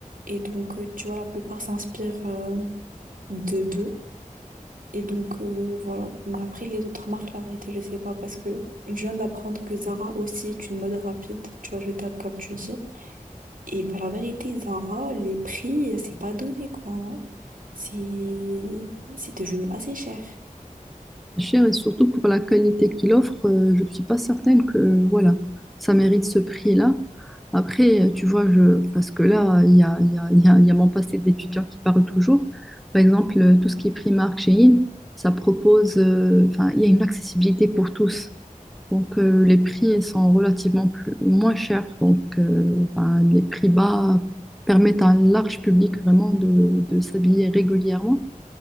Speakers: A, on the right (about 80°); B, in the centre.
A: Et donc, euh, tu vois, la plupart s'inspirent, euh, de d'eux. Et donc, euh, voilà. Mais après, les autres marques, la vérité, je sais pas parce que je viens d'apprendre que Zara aussi est une mode rapide. Tu vois, je jetable, comme tu dis. Et ben, la vérité, Zara, les prix, c'est pas donné, quoi. hein. C'est c'est devenu assez cher.
B: c'est cher et surtout pour la qualité qu'il offre, euh, je suis pas certaine que euh, voilà, ça mérite ce prix-là. Après, euh, tu vois, je, parce que là, il y a, il y a- il y a- il y a mon passé d'étudiant qui parle toujours. Par exemple, euh, tout ce qui est Primark, Shein, ça propose, euh, enfin, il y a une accessibilité pour tous. Donc, euh, les prix sont relativement plus, moins chers. Donc, euh, ben, les prix bas permettent à un large public vraiment de, de s'habiller régulièrement.